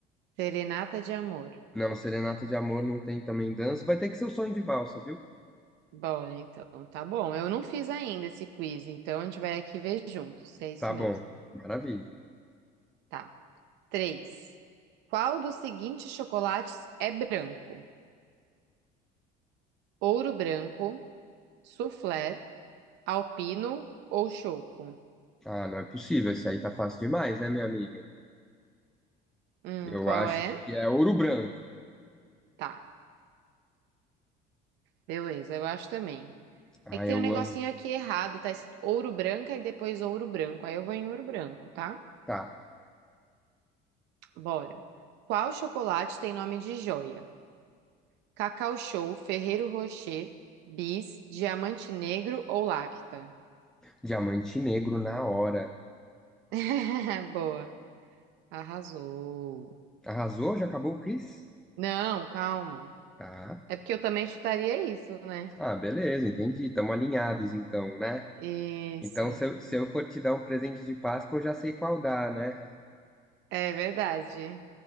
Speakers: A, on the right; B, in the centre.
A: Serenata de Amor.
B: Não, serenata de amor não tem também dança. Vai ter que ser o sonho de valsa, viu?
A: Bom, então, tá bom. Eu não fiz ainda esse quiz, então a gente vai aqui ver juntos, se é isso
B: Tá
A: mesmo.
B: bom. Maravilha.
A: Tá. Três. Qual dos seguintes chocolates é branco? Ouro branco, soufflé, alpino ou choco?
B: Ah, não é possível. Esse aí tá fácil demais, né, minha amiga?
A: Hum,
B: Eu
A: qual
B: acho
A: é?
B: que é ouro branco.
A: Tá, beleza, eu acho também.
B: Ah,
A: É que tem
B: eu
A: um negocinho
B: amo.
A: aqui errado, tá escrito ouro branca e depois ouro branco. Aí eu vou em ouro branco, tá?
B: Tá.
A: Bora. Qual chocolate tem nome de joia? Cacau Show, Ferrero Rocher, Bis, Diamante Negro ou Lacta?
B: Diamante negro na hora.
A: <laughs> Boa, arrasou.
B: Arrasou? Já acabou o quiz?
A: Não, calma.
B: Tá.
A: É porque eu também chutaria isso, né?
B: Ah, beleza, entendi. Estamos alinhados então, né?
A: Isso,
B: Então, se eu, se eu for te dar um presente de Páscoa, eu já sei qual dar, né?
A: é verdade.